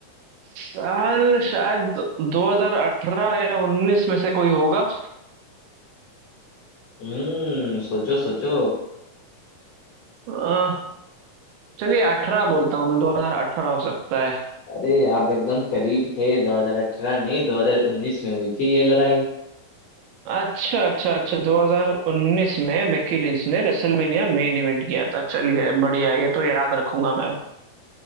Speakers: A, on the right; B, on the left.
A: साल शायद 2018 या 19 में से कोई होगा
B: हम्म सोचो सोचो
A: अह, चलिए 18 बोलता हूँ मैं 2018 हो सकता है
B: अरे आप एकदम करीब थे 2018 नहीं 2019 में हुई थी ये लड़ाई
A: अच्छा अच्छा अच्छा 2019 में बेकी लिंच ने रेसलमेनिया मेन इवेंट किया था चलिए बढ़िया ये तो याद रखूंगा मैं